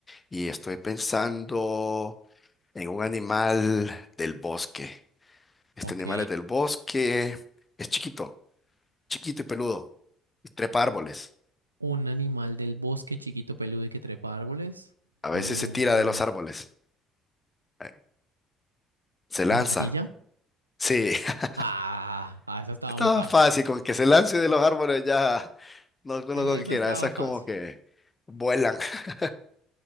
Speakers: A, on the left (about 20°); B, on the right (about 85°).
A: y estoy pensando en un animal del bosque. Este
B: ok.
A: animal es del bosque, es chiquito, chiquito y peludo, y trepa árboles.
B: Un animal del bosque chiquito peludo y que trepa árboles.
A: A veces
B: Un,
A: se tira de los árboles, eh, se lanza.
B: una ardilla.
A: Sí. <laughs>
B: Ah, ah, esa estaba
A: Estaba
B: muy fácil.
A: fácil, con que se lance de los árboles ya no con
B: Esa
A: lo que quiera.
B: estaba
A: Esas
B: fácil.
A: como que vuelan. <laughs>